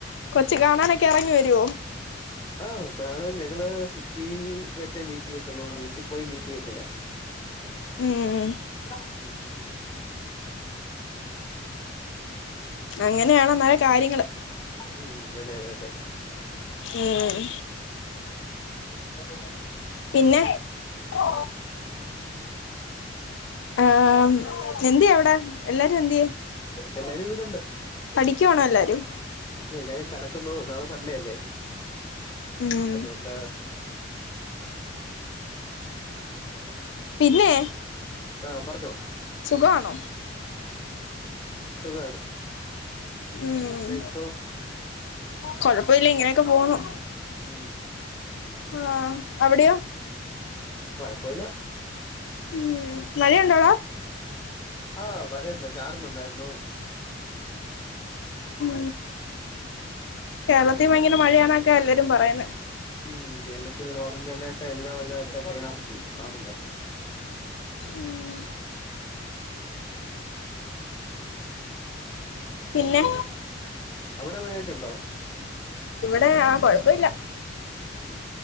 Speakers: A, on the left; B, on the left.
A: കൊച്ച് കാണാനൊ ക്കെ എറങ്ങി വരുവോ
B: ആ കാണാൻ ഞങ്ങള് സിറ്റിയിൽ വെച്ചേ മീറ്റ് ചെയ്യത്തുള്ളൂ വീട്ടിൽ പോയി മീറ്റ് ചെയ്യത്തില്ല
A: ഉം
B: എടാ ഉം
A: അങ്ങനെയാണ് അന്നേരം കാര്യങ്ങള്
B: ഉം അതെ അതെ അതെ അതെ
A: ഉം
B: അലോ
A: പിന്നെ ഓ ആ എന്തേ അവിടെ എല്ലാരും എന്തേ
B: എല്ലാരും ഇവിടെണ്ട്
A: പഠിക്കുവാണോ എല്ലാവരും
B: എല്ലാരും കിടക്കുന്നു നാളെ സൺഡേ അല്ലേ
A: ഉം
B: അതൊണ്ട <unintelligible>
A: പിന്നെ
B: ആഹ് പറഞ്ഞോ
A: സുഖമാണോ
B: സുഖാണ്
A: ഉം
B: നിങ്ങക്കോ
A: കൊഴപ്പം ഇല്ല ഇങ്ങനെയൊക്കെ പോന്നു
B: ഉം
A: ആ അവിടെയോ
B: കൊഴപ്പില്ല
A: ഉം മഴയുണ്ടോടാ
B: ആഹ് മഴണ്ട് ചാറുന്നുണ്ടായിരുന്നു
A: ഉം കേരളത്തിൽ ഭയങ്കര മഴയാണൊക്കെ എല്ലാരും പറയുന്നെ
B: ഉം കേരളത്തിൽ ഓറഞ്ച് അലേർട്ട് യെല്ലോ അലേർട്ട് ഒക്കെയ ആണല്ലോ
A: ഉം പിന്നെ
B: അവിടെ മഴയൊക്കെ ഉണ്ടോ
A: ഇവിടെ ആ കൊഴപ്പില്ല
B: ഉം